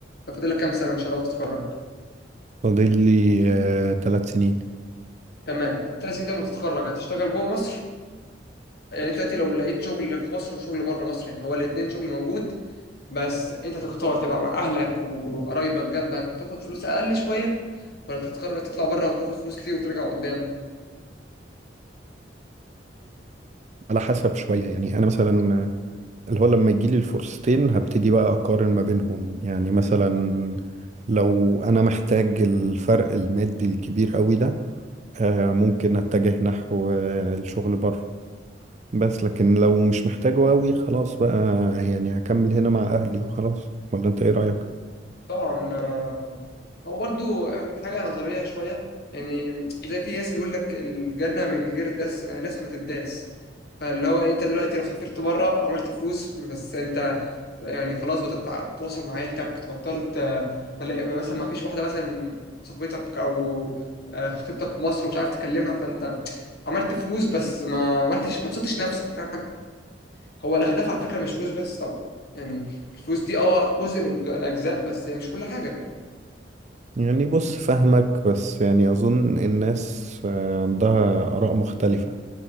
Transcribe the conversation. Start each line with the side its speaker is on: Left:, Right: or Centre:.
Left: طب فاضلك كام سنة إن شاء الله وتتخرج
Right: فاضل لي آه، ثلاث سنين
Left: تمام الثلاث سنين ده لما تتخرج هتشتغل جوه مصر يعني أنت دلوقتي لو لقيت شغل في مصر وشغل بره مصر يعني هو الاتنين شغل موجود بس أنت تختار تبقى مع أهلك وقرايبك جنبك وتاخد فلوس أقل شوية ولا تتخرج تطلع بره وتاخد فلوس كتير وترجع قدام
Right: على حسب شوية يعني أنا مثلا آه، اللي هو لما يجي لي الفرصتين هبتدي بقى أقارن ما بينهم يعني مثلا لو أنا محتاج الفرق المادي الكبير قوي ده آه، ممكن أتجه نحو آه، الشغل بره بس لكن لو مش محتاجه قوي خلاص بقى يعني هكمل هنا مع أهلي وخلاص ولا أنت إيه رأيك؟
Left: طبعا آه، هو برضو حاجة نظرية شوية يعني زي في ناس بيقول لك الجنة من غير داس ناس ما تداس فاللي هو انت دلوقتي لو سافرت بره عملت فلوس بس انت يعني خلاص بطلت تتواصل مع عيلتك بطلت آه، تلاقي مثلا ما فيش واحدة مثلا صاحبتك او آه، خطيبتك في مصر ومش عارف تكلمها فانت عملت فلوس بس ما عملتش ما بسطتش نفسك فاهم حاجة هو الأهداف على فكرة مش فلوس بس طبعا يعني الفلوس دي اه جزء من الأجزاء بس هي مش كل حاجة
Right: يعني بص فاهمك بس يعني أظن الناس آه، عندها آراء مختلفة